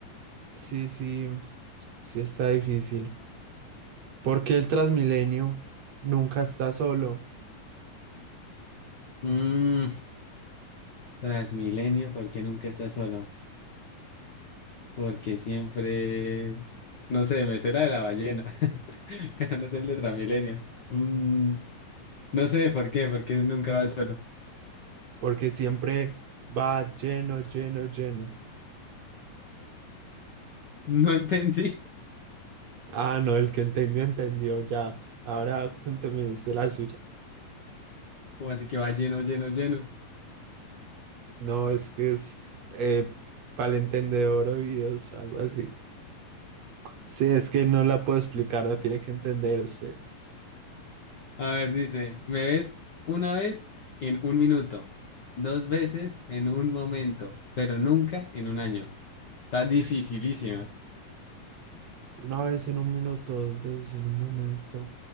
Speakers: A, on the right (about 60°); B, on the left (about 70°).
A: sí, sí, sí está difícil. ¿Por qué el Transmilenio nunca está solo?
B: Mm, Transmilenio, ¿por qué nunca estás solo? Porque siempre, no sé, me sé la de la ballena, <laughs> pero no sé el de Transmilenio. Mm, no sé por qué, porque nunca vas solo.
A: porque siempre va lleno, lleno, lleno.
B: No entendí.
A: Ah, no, el que entendió, entendió, ya. Ahora cuénteme usted la suya.
B: <laughs> Como así que va lleno, lleno, lleno.
A: No, es que es eh, para el entendedor oídos, algo así. Sí, es que no la puedo explicar, la tiene que entender usted.
B: A ver, dice, me ves una vez en un minuto, dos veces en un momento, pero nunca en un año. Está dificilísimo.
A: Una vez en un minuto, dos veces en un momento.